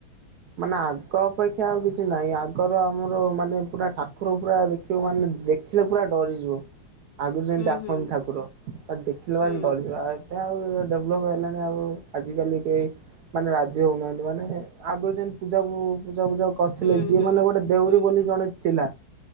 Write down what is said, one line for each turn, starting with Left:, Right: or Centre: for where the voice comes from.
Right: ମାନେ ଆଗ ଅପେକ୍ଷା ଆଉ କିଛି ନାହିଁ ଆଗର ଆମର ମାନେ ପୁରା ଠାକୁର ପୁରା ଦେଖ ମାନେ ଦେଖିଲେ ପୁରା ଡରିଯିବ। ଆଗରୁ ଯେମିତି
Left: ହୁଁ
Right: ଆସନ୍ତି
Left: ହୁଁ
Right: ଠାକୁର ତା ଦେଖିଲେ
Left: ହୁଁ
Right: ମାନେ ଡରିଯିବ। ଏ ଆଉ ଡେଭଲପ ହେଲାଣି ଆଉ ଆଜିିକାଲି କେହି ମାନେ ରାଜ୍ୟ ହଉନାହାନ୍ତି ମାନେ ଆଗରୁ ଯେମିତି ପୂଜା ପୂଜା ବୂଜା କରିଥିଲେ
Left: ହୁଁ
Right: ଯିଏ
Left: ହୁଁ
Right: ମାନେ ଗୋଟେ ଦେଉରୀ
Left: ହୁଁ
Right: ବୋଲି ଜଣେ ଥିଲା।